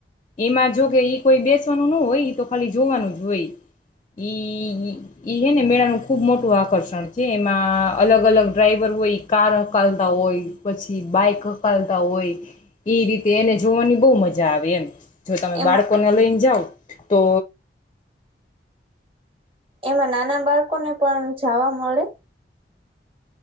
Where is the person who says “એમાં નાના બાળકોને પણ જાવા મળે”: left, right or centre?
Right